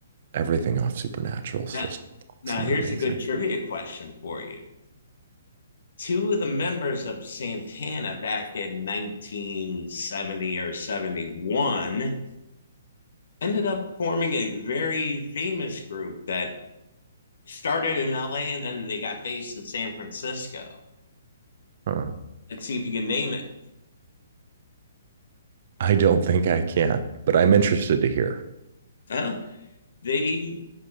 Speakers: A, on the right (about 55°); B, on the left (about 70°).
A: everything off Supernatural is
B: Now,
A: just awesome
B: now here's
A: and amazing.
B: a good trivia question for you. Two of the members of Santana back in 1970 or 71 ended up forming a very famous group that started in LA and then they got based in San Francisco.
A: Huh.
B: Let's see if you can name it.
A: I don't think I can, but I'm interested to hear.
B: Well, they